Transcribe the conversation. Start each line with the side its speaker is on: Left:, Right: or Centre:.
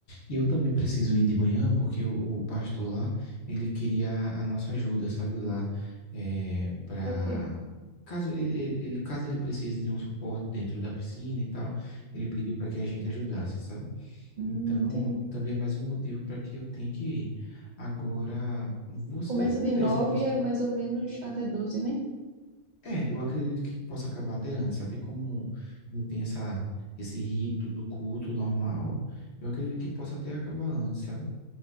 Left: E eu também preciso
Right: Hum,
Left: ir de manhã, porque o, o pastor lá, ele queria a nossa ajuda, sabe, lá, é, para
Right: ok.
Left: caso ele, ele- ele- caso ele precise de um suporte dentro da piscina e tal, ele pediu para que a gente ajudasse, sabe?
Right: Hum,
Left: Então,
Right: entendi.
Left: também é mais um motivo para que eu tenha que ir. Agora, você,
Right: Começa
Left: eu não
Right: de
Left: sei
Right: 9
Left: se você.
Right: é mais ou menos até 12, né?
Left: É, eu acredito que possa acabar até antes, sabe? Como não tem essa, esse rito do culto normal, eu acredito que possa até acabar antes, sabe?